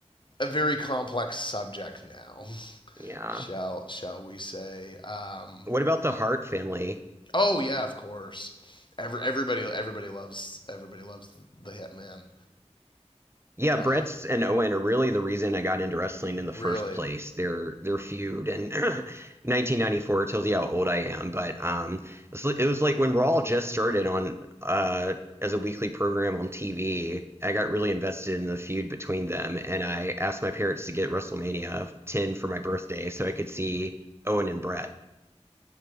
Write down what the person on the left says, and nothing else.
a very complex subject now. <laughs>
shall shall we say? Um,
oh yeah, of course. Every, everybody everybody loves everybody loves the Hitman.
Uh,
really,